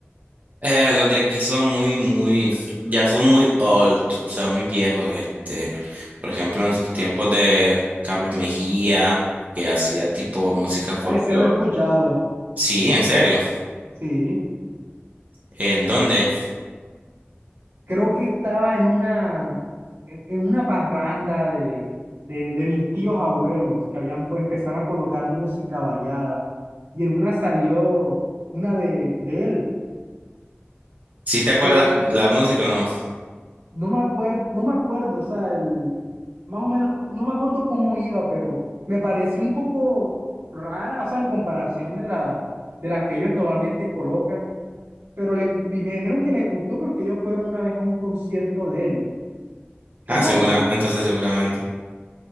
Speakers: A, on the right; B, on the right.
A: Eh, los de aquí son muy, muy, ya son muy old, o sea, muy viejos. Este, por ejemplo, en sus tiempos de Carlos Mejía, que hacía tipo música folclore.
B: Ah, ese lo he escuchado,
A: Sí, en serio.
B: sí.
A: ¿En dónde?
B: Creo que estaba en una, en, en una parranda de, de, de mis tíos abuelos que habían pues empezaron a colocar música variada y en una salió una de, de él,
A: ¿Sí te acuerdas
B: que yo
A: la música o no?
B: No me acuerdo, no me acuerdo, o sea, el, más o menos, co- no me acuerdo cómo iba, pero me pareció un poco rara, o sea, en comparación de, la, de las que ellos normalmente colocan, pero le, y me dijeron que les gustó porque ellos fueron una vez a un concierto de él, que
A: Ah,
B: no,
A: segura,
B: y
A: entonces seguramente.